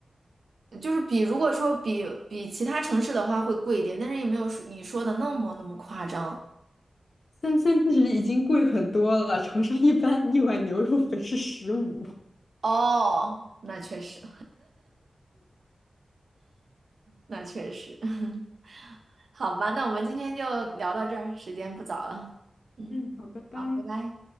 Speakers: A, on the right; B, on the left.
A: 就是比如果说比比其他城市的话会贵一点，但是也没有说你说的那么那么夸张。
B: 三三其实已经贵很多了，长沙一般一碗牛肉粉是十五。
A: 哦，那确实，那确实，<laughs> 好吧，那我们今天就聊到这儿，时间不早了。嗯，
B: 嗯，好，拜拜。
A: 好，拜拜。